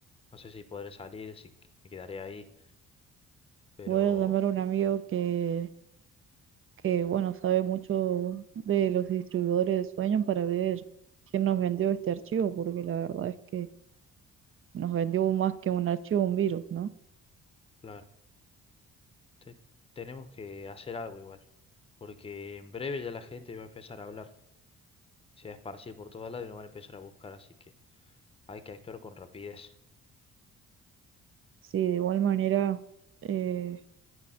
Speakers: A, on the left (about 20°); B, on the right (about 45°).
A: No sé si podré salir, si qu- me quedaré ahí, pero...
B: Voy a llamar a un amigo que, que, bueno, sabe mucho de los distribuidores de sueños para ver quién nos vendió este archivo, porque la verdad es que nos vendió más que un archivo, un virus, ¿no?
A: Claro. te- tenemos que hacer algo igual, porque en breve ya la gente va a empezar a hablar, se va a esparcir por todos lados y nos van a empezar a buscar, así que hay que actuar con rapidez.
B: Sí, de igual manera, eh,